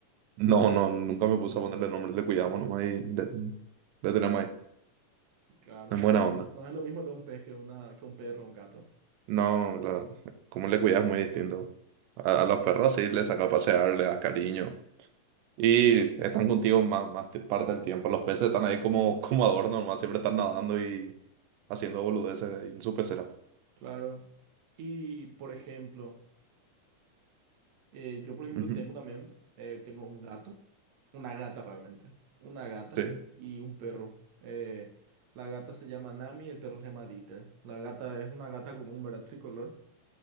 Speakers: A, on the right; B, on the right.
A: No, no, nunca me puse a ponerle nombre, le cuidamos nomás y le, le tenemos ahí,
B: Claro,
A: es
B: no
A: buena
B: es lo mismo,
A: onda.
B: no es lo mismo de un pez que una, que un perro o un gato.
A: No, la, como le cuidas es muy distinto. A, a los perros sí les saca a pasear, le das cariño. Y están contigo más, más te- parte del tiempo. Los peces están ahí como, como adorno, nomás siempre están nadando y haciendo boludeces ahí en su pecera.
B: Claro. Y, por ejemplo, Eh, yo, por ejemplo,
A: Ujú,
B: tengo también, eh, tengo un gato, una gata realmente, una gata
A: Sí,
B: y un perro. Eh, la gata se llama Nami y el perro se llama Dieter. La gata es una gata común, ¿verdad? Tricolor.